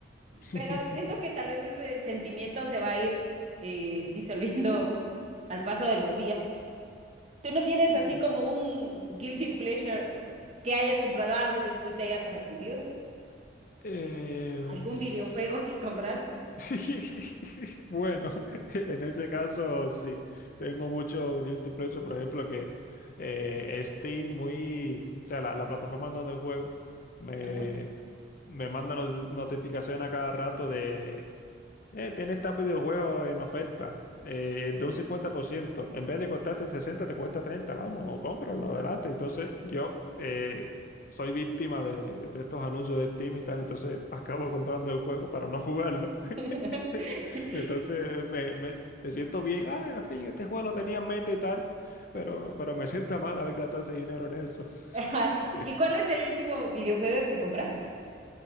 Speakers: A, on the left; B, on the right.
A: <laughs>
B: Pero siento que tal vez ese sentimiento se va a ir eh, disolviendo al paso de los días. ¿Tú no tienes
A: Sí.
B: así como un guilty pleasure que hayas comprado algo y después te hayas arrepentido?
A: Eh,
B: ¿Algún
A: <laughs>
B: videojuego que compraste?
A: sí. <laughs> Bueno, <laughs> en ese caso sí, tengo mucho guilty pleasure, por ejemplo, que eh, Steam muy, o sea, la, la plataforma en donde juego me,
B: Ajá.
A: me manda not- notificación a cada rato de Eh, tienes este videojuego en oferta eh, de un cincuenta por ciento, En vez de costarte 60 te cuesta treinta, Vamos, cómpralo, adelante. Entonces, yo eh, soy víctima de, de estos anuncios de Steam y tal. Entonces, <laughs> acabo comprando el juego para no jugarlo.
B: <laughs> <laughs>
A: <laughs> Entonces, me, me- me siento bien. Ah, al fin, este juego lo tenía en mente y tal. Pero, pero me siento mal haber gastado ese dinero en eso.
B: Ajá.
A: <laughs>
B: ¿Y cuál es el último videojuego que compraste?